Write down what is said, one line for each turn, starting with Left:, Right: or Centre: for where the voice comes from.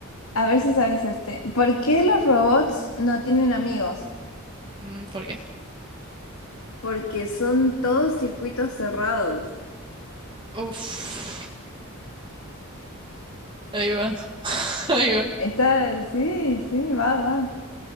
Left: A ver si sabes este. ¿Por qué los robots no tienen amigos?
Right: Mm, ¿Por qué?
Left: porque son todos circuitos cerrados.
Right: Uf. Ahí va. <laughs> Ahí va.
Left: Está, sí, sí, va, va.